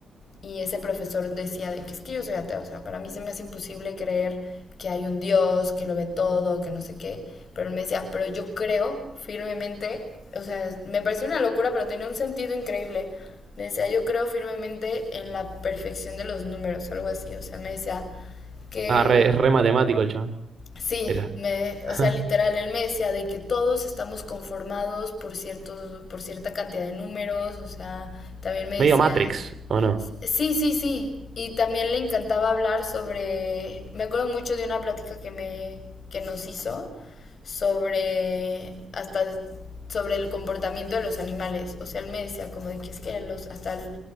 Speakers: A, on the left; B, on the right.
A: y ese profesor decía de que es que yo soy ateo, o sea, para mí se me hace imposible creer que hay un Dios, que lo ve todo, que no sé qué. Pero él me decía, pero yo creo firmemente, o sea, me pareció una locura, pero tenía un sentido increíble. Me decía, yo creo firmemente en la perfección de los números, algo así. O sea, me decía que
B: Ah, re- es re matemático el chabón.
A: sí,
B: Era.
A: me,
B: <laughs>
A: o sea, literal, él me decía de que todos estamos conformados por ciertos, por cierta cantidad de números. O sea, también me
B: Medio
A: decía
B: Matrix, ¿o no?
A: Sí, sí, sí. Y también le encantaba hablar sobre, me acuerdo mucho de una plática que me que nos hizo sobre hasta sobre el comportamiento de los animales. O sea, él me decía como de que es que los hasta el,